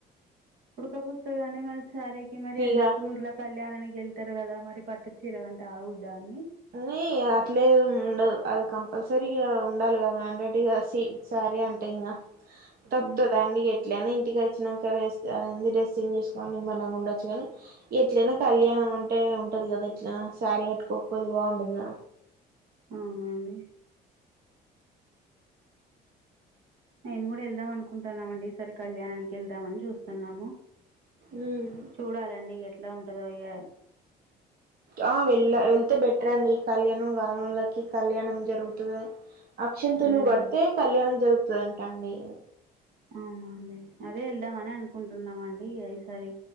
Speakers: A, on the right; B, on the right.
A: ఉడుక పోస్తదికానే మరి శారీకి మరి ఎండకూ
B: ఇగ
A: ఇట్లా కళ్యాణానికి వెల్తే గదా మరి పట్టు చీరంట ఆగుద్దాని
B: ని అట్లేమ్ ఉండదు అది కం పల్సరీగా ఉండాల్గా మ్యాండెడ్గా సి సారీ అంటే ఇంగా తప్తాదాన్డి
A: ఉహు
B: ఎట్లయ్నా ఇన్ ఇంటికి వచ్చినాన్క రెస్ట్ ఆ య్నది డ్రెస్సింగ్ చేస్కొని నిమ్మాలంగా ఉండొచ్చు గాని ఎట్లయ్నా కళ్యాణం అంటే ఉంటది గదా ట్లా శారీ కట్కో పొదెబావుండద్గా
A: అవునన్డి మేము కూడా వెళ్దాం అనుకొంటున్నామండి ఈసారి కళ్యాణానికి వెళ్దామని జూస్తున్నాము
B: మ్మ్
A: చూడాలండి ఎట్లా ఉంట్ ట్ దో ఇగ
B: ఆ వెళ్ళ వెళ్తే బెట్ ట్రండి కళ్యాణంగానోళ్ళకి కళ్యాణం జరుగుతదా అక్షింతులు
A: ఉమ్
B: కడ్తే కళ్యాణం జరుగుతదంట అండి.
A: అవునా అండి అదే వెళ్దామని అనే అనుకుంటున్నామన్డి ఇగ ఈసారి